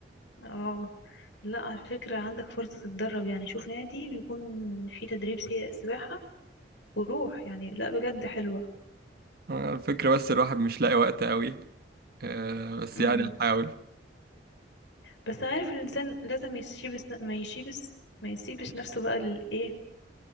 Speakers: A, on the left; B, on the right.
A: اه لا على فكرة عندك فرصة تتدرب يعني شوف نادي بيكون فيه تدريب سي- سباحة وروح يعني لا بجد حلوة
B: آه، الفكره بس الواحد مش لاقي وقت قوي آه، بس
A: امم
B: يعني هحاول
A: بس عارف الإنسان لازم يسيبس ما يسيبس ما يسيبش نفسه بقى للإيه